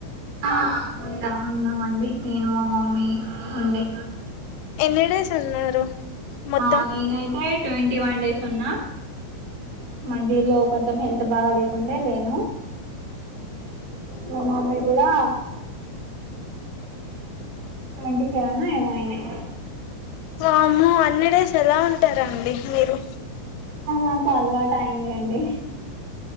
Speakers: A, on the right; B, on the left.
A: ఆ ఉన్నం ఉన్నామండి నేను మా మమ్మీ ఉండే
B: ఎన్నిడేస్ ఉన్నారు మొత్తం
A: ఆ నేనైతే ట్వంటీ వన్ డేస్ ఉన్నా మధ్యలో కొంచం హెల్త్ బాగా లేకుంటే లేను మా మమ్మీ ఎలా ట్వంటీ సెవెనో ఏమో అయినై
B: వామ్మో అన్ని డేస్ ఎలా ఉంటారండి మీరు
A: ఇగ మాకు అలవాటు అయింది అండి